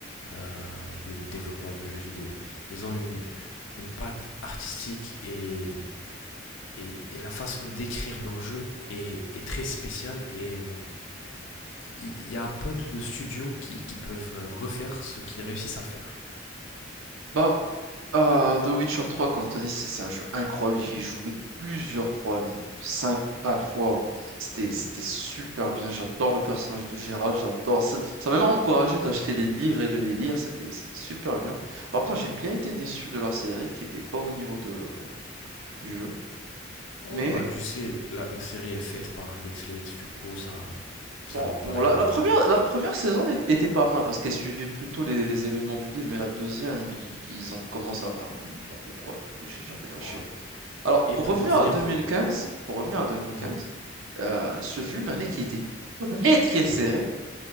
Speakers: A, on the left (about 70°); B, on the right (about 80°).
A: euh, de développement de jeux vidéo. Ils ont une, une patte artistique et, et, et la façon d'écrire leur jeu est, est très spéciale et hum, il y, a peu de studios qui, qui peuvent refaire ce qu'ils réussissent à faire.
B: Ben, euh, The Witcher trois, comme t'as dit, c'est c'est un jeu incroyable. J'y ai joué plusieurs fois, une, cinq ou quatre fois. C'était, c'était super bien. J'adore le personnage de Geralt, j'adore. Ça ça m'a même encouragé d'acheter des livres et de les lire. C'était, c'était super bien. Par contre, j'ai bien été déçu de la série qui était pas au niveau de, du jeu.
A: Oh
B: Mais
A: bah tu sais, la, la série est faite par Netflix, du coup ça ça
B: bon,
A: m'a pas
B: bon,
A: réellement
B: la, la première,
A: étonné.
B: la première saison est- était pas mal parce qu'elle suivait plutôt les, les événements du livre. Mais la deuxième, ils, ils ont commencé à faire un peu n'importe quoi. Du coup, j'ai, j'avais lâché.
A: Ouais.
B: Alors,
A: Et
B: pour
A: pour revenir.
B: revenir à
A: euh,
B: 2015, pour revenir à 2015,
A: mhm,
B: euh, ce fut une année qui était très très serrée